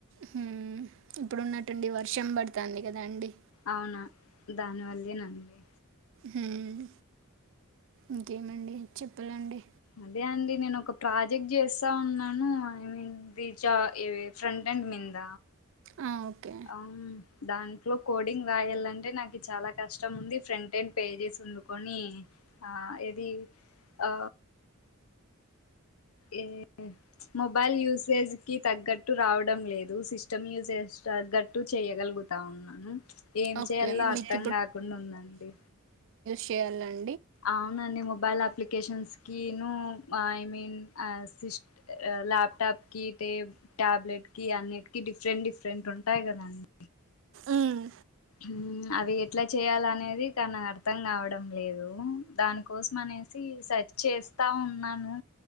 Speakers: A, on the right (about 60°); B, on the left (about 75°).
A: హుమ్ ఇప్పుడున్నటుండి వర్షం పడుతు కంది కదా అండి.
B: అవునా దానివల్లే నండి.
A: హుమ్మ్ ఇంకేమండి చెప్పలండి.
B: అదే అండి నేను ఒక ప్రాజెక్ట్ చేస్తా ఉన్నాను ఐ మీన్ రీజా ఈ ఫ్రంట్ అండ్ మీంద
A: ఆ, ఓకే
B: అవును దాని ఇప్పుడు కోడింగ్ రాయాలంటే నాకు ఇది చాలా కష్టం ఉంది ఫ్రంట్ అండ్ పేజెస్ ఉండుకొని ఆ ఏది ఆ ఇన్ మొబైల్ యూసేజ్ కి తగ్గట్టు రావడం లేదు సిస్టమ్ యూసేజ్ తగ్గట్టు చేయగలుగుతా ఉన్నాను ఏం
A: ఓకే
B: చేయాలో
A: మీకు
B: అర్థం కాకుండా ఉందండి.
A: షేర్లండ్
B: అవునండి మొబైల్ అప్లికేషన్స్ కిను ఐ మీన్ సిస్ట ల్యాప్ టాప్ కి టీ టాబ్లెట్ కి అన్నిటికి డిఫరెంట్ డిఫరెంట్ ఉంటాయి కదండి.
A: ఉమ్మ్
B: ఉమ్మ్ అవి ఎట్లా చేయాల అనేది కాని నాకు అర్థం కావడం లేదు దానికోసం అనేసి సర్చ్ చేస్తా ఉన్నాను,